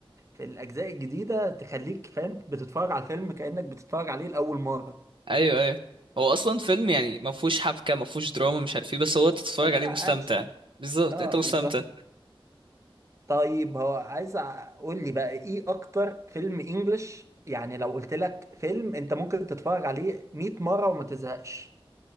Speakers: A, on the right (about 30°); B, on the right (about 60°).
A: في الاجزاء الجديده تخليك فاهم بتتفرج على الفيلم كانك بتتفرج عليه لاول مره
B: ايوه ايوه هو اصلا فيلم يعني ما فيهوش حبكه ما فيهوش دراما مش عارف ايه بس هو تتفرج
A: هو
B: عليه
A: اكشن
B: مستمتع بالظبط
A: اه
B: انت
A: بالظبط
B: مستمتع
A: طيب هو عايز اقول لي بقى ايه اكتر فيلم انجلش يعني لو قلت لك فيلم انت ممكن تتفرج عليه 100 مره وما تزهقش